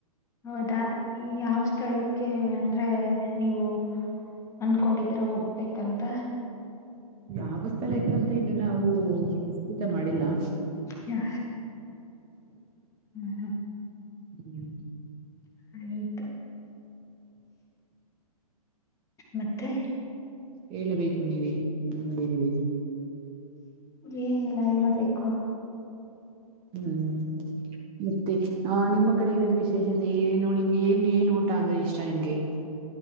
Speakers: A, on the left; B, on the right.
A: ಹೌದ ಈ ಯಾವ್ ಸ್ಥಳಕ್ಕೆ ಅಂದ <inaudible> ನೀವು ಅನ್ಕೊಂಡಿದ ರ ಹೋಗ್ಬೇಕಂತ
B: ಯಾವ ಸ್ಥಲೈಕ ಮತ್ತೆ ಇನ್ನು ನಾವು <inaudible> ತ ಮಾಡಿಲ್ಲಾ.
A: ಹ ಹ್ಮ್ ಹ್ಮ್ <inaudible>
B: ಹ್ಮ್
A: ಆಯತು <inaudible> ಮತ್ತೆ
B: ಹೇಳಬೇಕು ನೀವೇ ನಿಡಿ ರೀ
A: ಏನಿಲ್ಲ ಹೇಳ್ಬೇಕು
B: ಹ್ಮ್ ಮತ್ತೆ ಹ ನಿಮ್ಮ ಕಡೆ ಏನಾದಲ್ಲಿ ವಿಶೇಷತೆ ಏನು ನಿಮ್ಗೆ ಏನು ಏನು ಊ ಅಂದ್ರೆ ಇಷ್ಟ ನಿಮ್ಗೆ ಹ್ಮ್